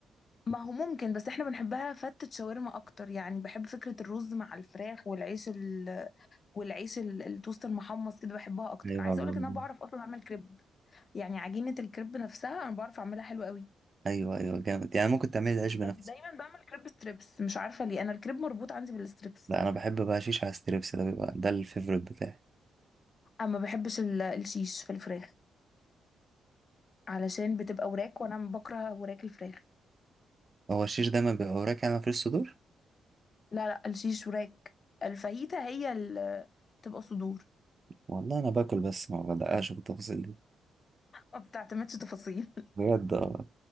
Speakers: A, on the left; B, on the right.
A: ما هو ممكن بس احنا بنحبها فتة شاورما اكتر يعني بحب فكرة الرز مع الفراخ والعيش ال... والعيش ال... التوست المحمص كده بحبها اكتر
B: ايوه
A: عايزة
B: بالظبط.
A: اقولك ان انا بعرف اصلا اعمل كريب يعني عجينة الكريب نفسها انا بعرف اعملها حلو قوي
B: ايوه ايوه جامد يعني ممكن تعملي العيش
A: بس
B: بنفسك
A: دايما بعمل كريب ستريبس مش عارفة ليه انا الكريب مربوط عندي بالستريبس
B: لا انا بحب بقى شيش على ستريبس ده بيبقى ده الفيفوريت بتاعي
A: اما بحبش ال... الشيش في الفراخ علشان بتبقى وراك وانا بكره وراك الفراخ
B: هو الشيش دايما بيبقى وراك يعني مفيش صدور
A: لا لا الشيش وراك الفاهيتا هي ال... بتبقى صدور
B: والله انا باكل بس ما بدققش بالتفاصيل دي
A: ما بتعتمدش تفاصيل <laughs>
B: بجد اه